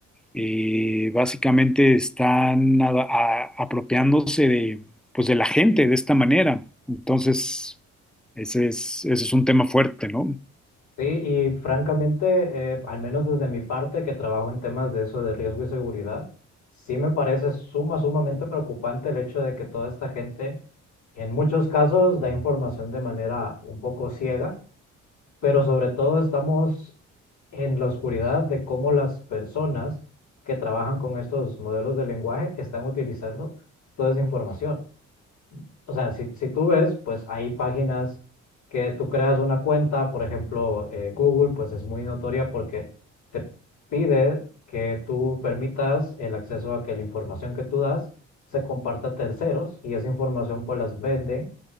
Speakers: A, in the centre; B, on the left.
A: eh, básicamente están a- a- apropiándose de, pues, de la gente de esta manera. Entonces, ese es, ese es un tema fuerte, ¿no?
B: Sí, y francamente, eh, al menos desde mi parte, que trabajo en temas de eso, de riesgo y seguridad, sí me parece suma, sumamente preocupante el hecho de que toda esta gente, en muchos casos, da información de manera un poco ciega, pero sobre todo estamos en la oscuridad de cómo las personas que trabajan con estos modelos de lenguaje están utilizando toda esa información o sea, si, si tú ves, pues hay páginas que tú creas una cuenta, por ejemplo, eh, Google, pues es muy notoria porque te pide que tú permitas el acceso a que la información que tú das se comparta a terceros y esa información pues las venden